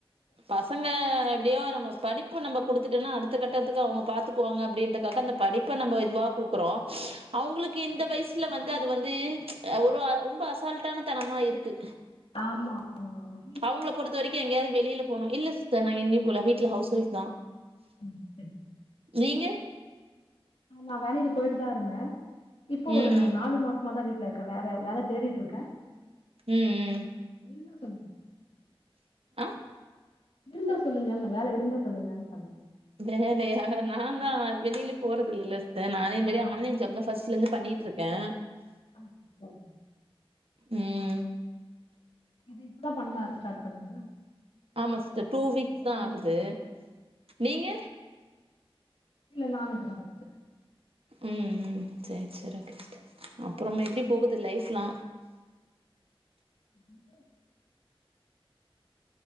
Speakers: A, on the right; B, on the left.
A: பசங்க எப்டியோ நம்ம படிப்ப நம்ப குடுத்துட்டன்னா அடுத்தக்கட்டத்துக்கு அவங்க பாத்துக்குவாங்க அப்டின்றக்காக அந்த படிப்ப நம்ப இதுவா குடு க்கறோம் அவங்களுக்கு இந்த வயசுல வந்து அது வந்து ஒரு ரொம்ப அசால்ட் டான தனமா இருக்கு
B: ஆமா ஆமா ஆமா
A: அவங்கள பொருத்த வரைக்கும் எங்கயாவது வெளியில போணு இல்ல சிஸ்டர் நாஙாக எங்கியும் போல வீட்ல ஹவுஸ் ஒய்ஃப் தா
B: ம் செரி செரி
A: நீங்க
B: ஆமா வேலைக்கு போயிட்டு தா இருந்தன் இப்போ
A: ம்
B: ஒரு
A: ம்
B: நாலு மா சம்மா தா வீட்ல இருக்க வேற வேல தேடிட்டு இருக்கன்
A: ம் ம்
B: இருந்தா சொல்லுங்க
A: ஆ
B: இருந்தா சொல்லுங்கன்ன வேல இருந்தா சொல்லுங்கன் சொன்ன
A: வேலையா நாதா வெளில போறதில்ல இல்ல த நானே இந்த மேரி
B: ஆ.
A: ஆன்லைன் ஜாப் தா ஃபஸ்ட்ல இருந்து பண்ணிட்டு இருக்கே
B: ஆ செரி
A: ம்
B: இது இப்பதா பண்ணா ஸ்டாட் பண்ணீங்களா
A: ஆமா சிஸ்டர் டூ வீக்ஸ்
B: இத பத்தி
A: தா
B: பேசக்கூடாதா?
A: ஆகுது நீங்க
B: இல்ல நானு இப்ப தா ஃபஸ்ட்டு
A: உம் ம் சேர் சேர் ஓக்கே அப்பறம் எப்டி போகுது லைஃப்ல்லா
B: <inaudible>